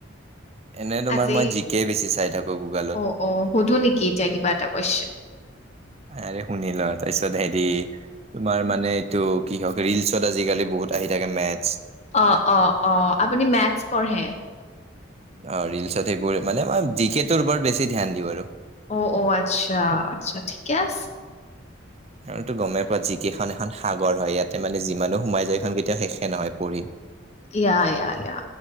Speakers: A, on the right; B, on the left.
A: এনে তোমাৰ
B: আজি?
A: মই জিকে বেছি চাই থাকো গুগলত
B: অ', অ', সুধো নেকি এতিয়া কিবা এটা কুৱেশন?
A: আৰে শুনিল তাৰপিছত হেৰি তোমাৰ মানে এইটো কি হক ৰিলচত আজিকালি বহুত আহি থাকে মেথ
B: অ অ অ আপুনি মেথছ পঢ়ে
A: অ ৰিলচত সেইবোৰ মানে মই যিকে টোৰ ওপৰত বেছি ধ্যান দিও আৰু
B: অ', অ', আচ্ছা আচ্ছা ঠিকে আছে
A: কাৰণ গমে পোৱা জিকে খন এখন সাগৰ হয় ইয়াতে মানে যিমানো সোমাই যায় সেখন কেতিয়াও শেষে নহয় পঢ়ি
B: ইয়া ইয়া ইয়া